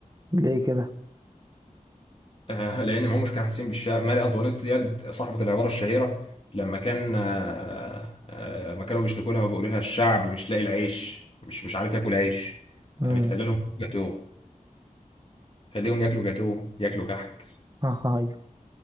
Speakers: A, on the right (about 25°); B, on the left (about 45°).
A: ليه كده
B: آه، لأن ما همش كانوا حاسين بالشعب ماري أنطوانيت ديت صاحبة العبارة الشهيرة لما كان آه، آه، ما كانوا بيشتكوا لها وبيقولوا لها الشعب مش لاقي العيش مش مش عارف ياكل عيش
A: امم
B: قامت قايله لهم جاتوه خليهم ياكلوا جاتوه ياكلوا كحك
A: <laughs> اه ايوه